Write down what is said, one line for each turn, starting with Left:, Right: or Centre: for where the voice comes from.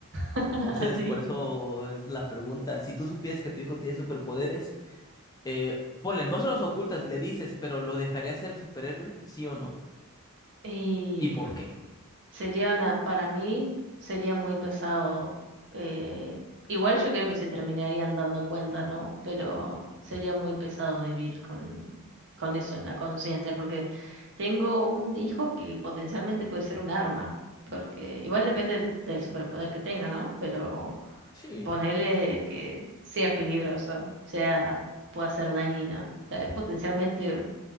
Right: <laughs>
Left: Entonces,
Right: sí.
Left: por eso es la pregunta. Si tú supieras que tu hijo tiene superpoderes, eh, ponle, no se los ocultas, le dices, pero ¿lo dejaría ser superhéroe? ¿Sí o no?
Right: Y
Left: ¿Y por qué?
Right: sería una, para mí sería muy pesado. eh, igual yo creo que se terminarían dando cuenta, ¿no? Pero sería muy pesado vivir con, con eso en la conciencia, porque tengo un hijo que potencialmente puede ser un arma, porque igual depende del, del superpoder que tenga, ¿no? Pero
Left: Sí.
Right: ponerle que sea peligroso, sea, pueda ser dañino. O sea, es potencialmente